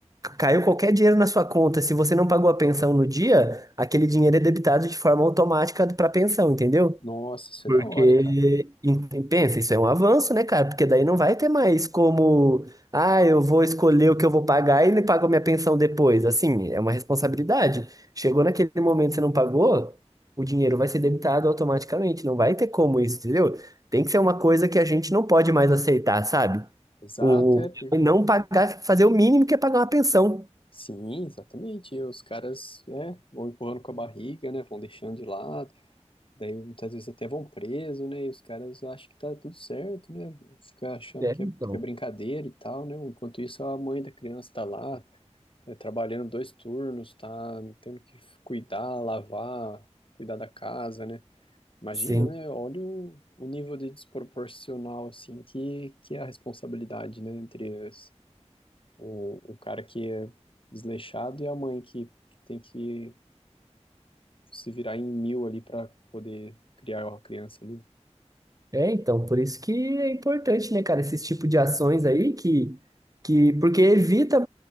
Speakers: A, on the right; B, on the left.
A: caiu qualquer dinheiro na sua conta, se você não pagou a pensão no dia, aquele dinheiro é debitado de forma automática para a pensão, entendeu?
B: Nossa, isso
A: Porque,
B: é da hora, hein, cara?
A: em- em- pensa, isso é um avanço, né, cara? Porque daí não vai ter mais como, ah, eu vou escolher o que eu vou pagar e ele paga a minha pensão depois. Assim, é uma responsabilidade. Chegou naquele momento que você não pagou, o dinheiro vai ser debitado automaticamente. Não vai ter como isso, entendeu? Tem que ser uma coisa que a gente não pode mais aceitar, sabe?
B: Exato,
A: O
B: é. per-
A: o não pagar, fazer o mínimo que é pagar uma pensão.
B: Sim, exatamente. E Os caras, né, vão empurrando com a barriga, né, vão deixando de lado, daí muitas vezes até vão preso, né, e os caras acham que tá tudo certo, né, fica achando
A: É,
B: que
A: então.
B: é, que é brincadeira e tal, né, enquanto isso a mãe da criança tá lá, né, trabalhando dois turnos, tá tendo que cuidar, lavar, cuidar da casa, né? Imagina,
A: Sim.
B: né? Olha o, o nível de desproporcional, assim, que, que é a responsabilidade, né? Entre as- o, o cara que é desleixado e a mãe que, que tem que se virar em mil ali para poder criar uma criança ali.
A: É, então, por isso que é importante, né, cara, esses tipo de ações aí que, que porque evita,